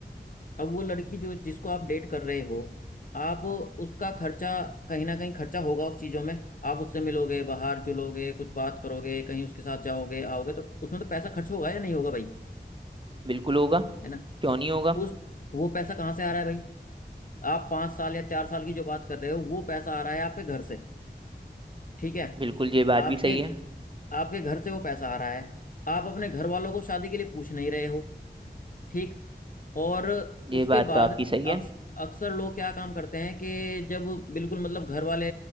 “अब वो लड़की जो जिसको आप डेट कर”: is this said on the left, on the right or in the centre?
Left